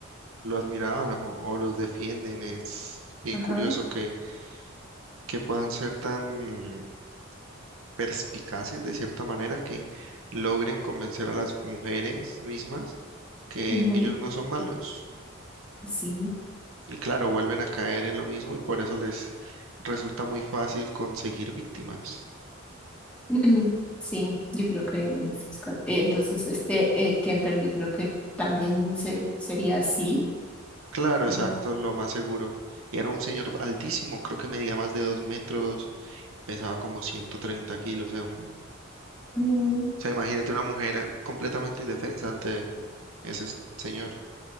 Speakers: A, on the right; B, in the centre.
A: Lo admiraban o, o los defienden. Es bien
B: Ajá.
A: curioso que, que puedan ser tan perspicaces de cierta manera que logren convencer a las mujeres mismas que
B: ujú,
A: ellos no son malos.
B: Sí.
A: Y claro, vuelven a caer en lo mismo y por eso les resulta muy fácil conseguir víctimas.
B: <clears throat> Ujú. Sí, yo creo que es- es ca- eh, entonces este eh, Kemper yo creo que también se, sería así,
A: Claro,
B: ¿no?
A: exacto, lo más seguro. Y era un señor altísimo, creo que medía más de dos metros, pesaba como 130 kilos. O sea, un-
B: Mm,
A: o sea, imagínate una mujer completamente indefensa ante ese s- señor.